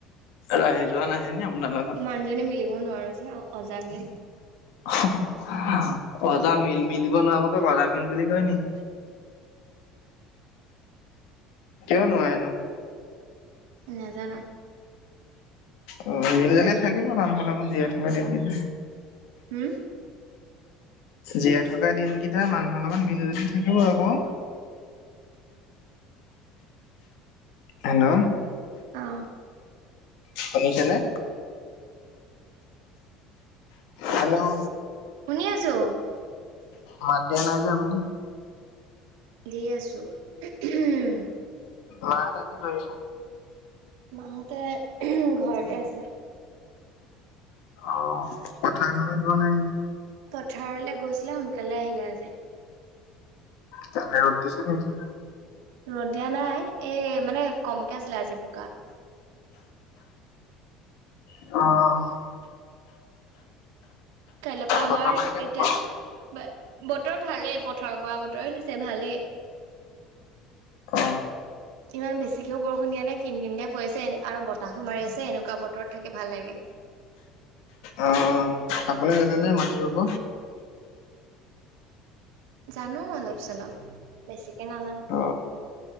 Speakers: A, on the left (about 75°); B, on the right (about 90°).
A: ৰাহি যোৱা নাহে নি আপোনা লগত?
B: মানুহজনী মিলিব নোৱাৰো যে অ অজামিল।
A: অ হ অ, অজামিল মিলিব নোৱাৰাবোৰক অজামিল বুলি কয় নি? কিয় নোৱাৰে নো?
B: নেজানো।
A: অ, মিলি - জুলি থাকিব মানুহলে অলপ জীয়াই থকা দিনকেইটা।
B: হুম!
A: জীয়াই থকা দিনকেইটা মানুহৰ লগত মিলি জুলি থাকিব আকৌ। হেল্ল'?
B: অঁ
A: শুনিছেনে? হেল্ল'?
B: শুনি আছো।
A: মাত দিয়া নাই যে আপুনি?
B: দি আছো উ উহুম।
A: মাহতে কি কৰিছে?
B: মাহতে উহুম ঘৰতে আছে।
A: অ, পথাৰলৈ যোৱা নাই?
B: পথাৰলে গৈছিলে সোনকালে আহিলে আজি।
A: তাতে ৰ'দ দিছে নেকি?
B: ৰ'দ দিয়া নাই এ মানে কমকে আছিলে আজি বোকা।
A: অ।
B: কাইলৈৰ পৰা
A: বতৰ
B: আমাৰ
A: পানী কেনেকুৱা?
B: এতিয়া বা বতৰ ভালেই পথাৰ কৰা বতৰ দিছে ভালেই।
A: অ।
B: ইমান বেছিকেও বৰষুণ দিয়া নাই, কিন কিনকে পৰি আছে আৰু বতাহো মাৰি আছে এনেকুৱা বতৰত থাকি ভাল লাগে।
A: অ, আপুনি জানে নে মাটি ৰুব?
B: জানো অলপ - চলপ, বেছিকে নাজানো।
A: অ